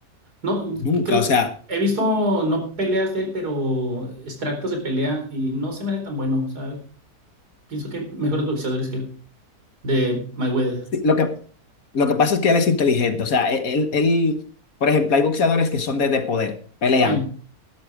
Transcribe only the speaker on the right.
No,
creo,
he visto no peleas de él, pero extractos de pelea y no se me hace tan bueno. O sea, pienso que hay mejores boxeadores que él. De Mayweather.
Sí,